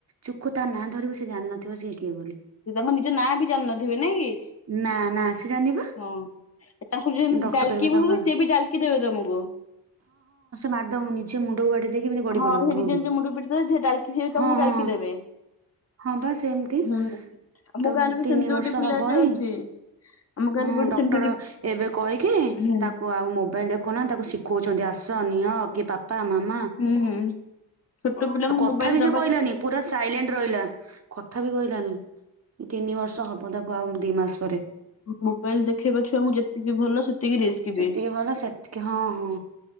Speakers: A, on the right; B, on the left.
A: ଚୁକୁ ତା ନାଁ ଧରିବୁ ସିଏ ଜାଣନଥିବ ସିଏ କିଏ ବୋଲି।
B: ତାଙ୍କ ନିଜ ନାଁ ବି ଜାଣିନଥିବେ ନାଇଁକି
A: ନା ନା ସେ ଜାଣିନି ପା
B: ହଁ ତାଙ୍କୁ ଯେ
A: ଡକ୍ଟର
B: ଡାଲକିବୁ
A: ଏବେ ତାକୁ
B: ସିଏ ବି ଡାଲକି ଦେବେ ତମକୁ।
A: ମାରଦବ ନିଜେ ମୁଣ୍ଡକୁ ବାଡ଼େଇଦେଇକି ଏମିତି ଗଡି
B: ହଁ
A: ପଡିବ
B: ସେ
A: ଢ଼ୋକି
B: ନିଜ ନିଜ ମୁଣ୍ଡକୁ ପିଟି ଦେବେ ସେ ଡାଲକି ସିଏ ବି ତମକୁ
A: ହଁ
B: ଡାଲକି
A: ହଁ
B: ଦେବେ।
A: ହଁପା ସେମିତି।
B: ହୁଁ ଆମ
A: ତାକୁ
B: ଗାଁରେ ବି
A: ତିନି
B: ସେମିତି ଗୋଟେ
A: ବର୍ଷ
B: ପିଲାଟେ
A: ହବ ଏଇ
B: ଅଛି ଆମ ଗାଁରେ
A: ହଁ
B: ବି ଗୋଟେ
A: ଡକ୍ଟର
B: ସେମିତି ଗୋଟେ
A: ଏବେ କହିକି
B: ହୁଁ।
A: ତାକୁ ଆଉ ମୋବାଇଲ ଦେଖଉନାନ୍ତି ତାକୁ ଶିଖଉଛନ୍ତି । ସାନିଅ । ଓକେ ତା ପ । ପାପା ମାମା
B: ହୁଁ। ଛୋଟ ପିଲାଙ୍କୁ
A: କଥା
B: ମୋବାଇଲ
A: ବି
B: ଦବା
A: ସେ କହିଲାନି
B: ଯେତିକି
A: ପୁରା ସାଇଲେଣ୍ଟ ରହିଲା କଥା ବି କହିଲାନି। ତିନି ବର୍ଷ ହବ ତାକୁ ଆଉ ଦିମାସ।
B: ମୋବାଇଲ ଦେଖେଇବା ଛୁଆଙ୍କୁ ଯେତିକି ଭଲ ସେତିକି ରିସ୍କି
A: ଯେତିକି
B: ବି।
A: ଭଲ ସେତିକି ହଁ ହଁ